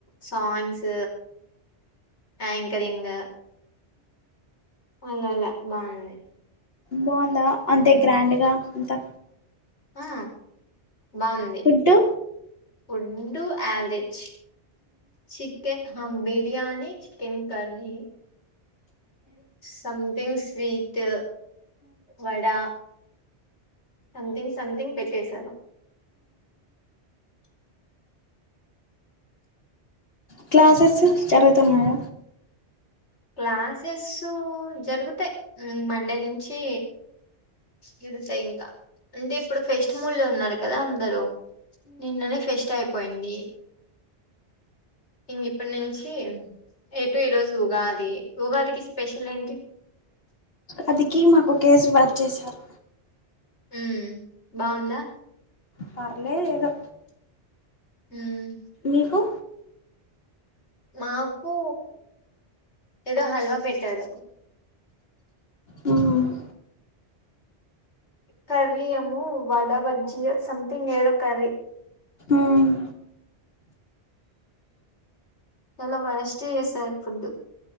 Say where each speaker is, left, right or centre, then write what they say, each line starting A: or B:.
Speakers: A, on the left; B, on the left.
A: సాంగ్స్ యాంకరింగ్ ఇంగల బాగుంది
B: మోనా ఇ అంతే
A: మ్
B: గ్రాండ్ గా ఉంటా
A: ఆ బాగుంది
B: ఫుడ్డు
A: ఉండు యావరేజ్ చికెన్ ఆ biryani chicken curry something sweet vada something something పెట్టేశారు
B: క్లాసెస్ జరుగుతున్నాయ
A: క్లాసెస్ జరుగుతాయి మండే నుంచి జరుగుతాయి ఇంకా అంటే ఇప్పుడు ఫెస్ట్ మూల్ లో ఉన్నారు కదా అందరుూ నిన్ననే ఫెస్ట్ అయిపోయింది ఇంగ ఇప్పటి నుంచి ఎ టటు ఈ రోజు ఉఊగా ది ఉగాది కి స్పెషల్ ఎంటి
B: అదికి మాకు కేసిర్ బాద్ చేశారు
A: మ్మ్ బాగుందా
B: పర్లే ఏదో
A: మ్మ్
B: మీకు
A: మాకు ఏదో హల్వా పెట్టారు
B: మ్మ్
A: కర్రీ ఏమో వడా బజ్జీ సథింగ్ ఏదో కర్రీ
B: ఉమ్
A: చాలా వరెస్ట్ గా చేసారు ఫుడ్